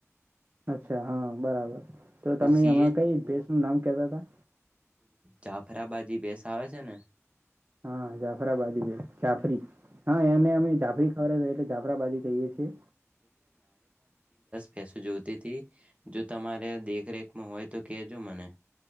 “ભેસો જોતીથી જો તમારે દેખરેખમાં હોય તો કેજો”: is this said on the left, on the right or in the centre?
Right